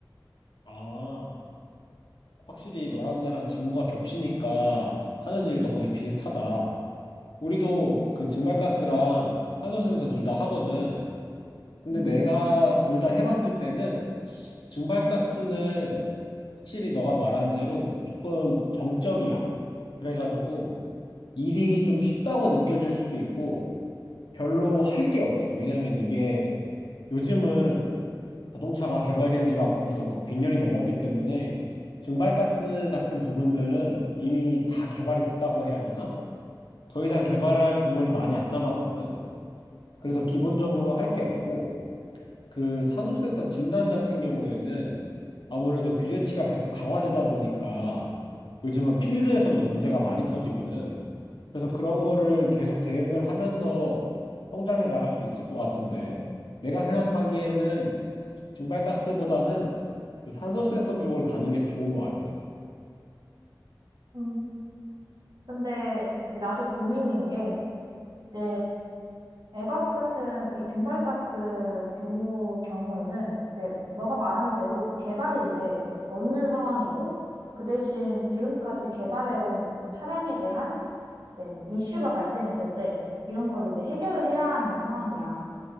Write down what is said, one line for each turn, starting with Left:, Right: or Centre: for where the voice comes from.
Left: 아, 어, 확실히 너랑 나랑 직무가 겹치니까 하는 일도 거의 비슷하다. 우리도 그 증발가스랑 탄소센서 둘 다 하거든. 근데
Right: 음.
Left: 내가 둘 다 해봤을 때는 증발가스는 확실히 너가 말한 대로 조금 정적이야. 그래가지고 일이 좀 쉽다고 느껴질 수도 있고 별로 할 게 없어. 왜냐면 이게 요즘은 자동차가 개발된 지가 벌써 막 100년이 넘었기 때문에 증발가스 같은 부분들은 이미 다 개발이 됐다고 해야 되나? 더 이상 개발할 부분이 많이 안 남았거든. 그래서 기본적으로 할 게 없고 그 산소 센서 진단 같은 경우에는 아무래도 규제치가 계속 강화되다 보니까 요즘은 필드에서도 문제가 많이 터지거든. 그래서 그런 거를 계속 대응을 하면서 성장해 나갈 수 있을 것 같은데, 내가 생각하기에는 증발가스보다는 그 산소 센서 쪽을 가는 게 더 좋은 것 같아.
Right: 음, 근데 이제 나도 고민인 게, 이제 에밥 같은 이 증발가스 직무 경우에는 이제 너가 말한 대로 개발이 이제 없는 상황이고 그 대신 지금까지 개발해온 차량에 대한 이제 뭐 이슈가 발생했을 때 이런 걸 이제 해결을 해야 하는 상황이야.